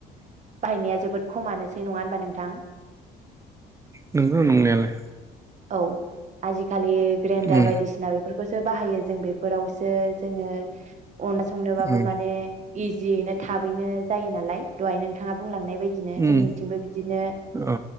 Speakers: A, on the right (about 45°); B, on the right (about 20°).
A: बाहायनाया जोबोद खमानोसै नङा होमबा नोंथां
B: नंगौ नंनायालाय
A: औ आजिखालि ग्राइनडार
B: उम
A: बायदिसिना बेफोरखौ सो बाहायो जों बेफोरावसो जोङो अनला संनोबाबो
B: उम
A: माने इजियैनो थाबैनो जायो नालाय दहाय नोंथाङा बुंलांनाय बबायदिनो
B: उम
A: जोंनिथिंबो बिदिनो
B: अ